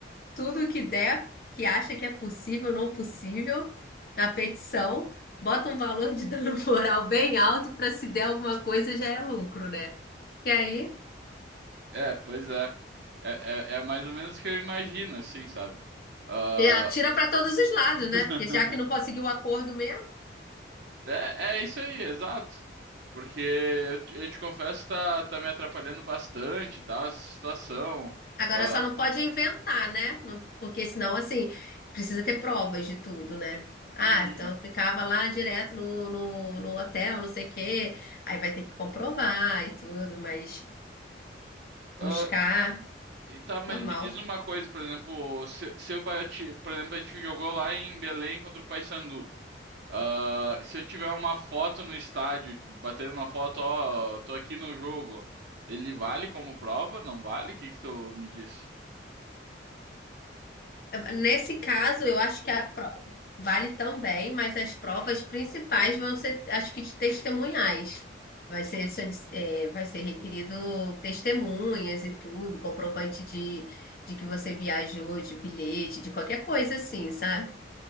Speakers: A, on the left; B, on the right.
A: tudo que der, que acha que é possível, não possível, na petição, bota um valor de dano <laughs> moral bem alto para se der alguma coisa já é lucro, né? E aí,
B: É, pois é. É, é, é mais ou menos o que eu imagino, assim, sabe? Ah,
A: é, atira para todos os lados,
B: <laughs>
A: né? Porque já que não conseguiu o acordo mesmo.
B: É, é isso aí, exato. Porque eu, te eu te confesso, tá, tá me atrapalhando bastante, tá? Essa situação.
A: Agora
B: Ah,
A: só não pode inventar, né? Não- Porque senão, assim, precisa ter provas de tudo, né? Ah,
B: uhum.
A: então eu ficava lá direto no, no, no hotel, não sei o quê. Aí vai ter que comprovar e tudo, mas
B: Ah,
A: buscar,
B: e tá, mas
A: normal.
B: me diz uma coisa, por exemplo, se, se eu bati, por exemplo, a gente jogou lá em Belém contra o Paysandu. Ah, se eu tiver uma foto no estádio, tipo, batendo uma foto, ó, tô aqui no jogo, ele vale como prova? Não vale? O que que tu me diz?
A: Nesse caso, eu acho que a pro- vale também, mas as provas principais vão ser, acho que de testemunhais. Vai ser, solic- é, vai ser requerido testemunhas e tudo, comprovante de, de que você viajou, de bilhete, de qualquer coisa assim, sabe?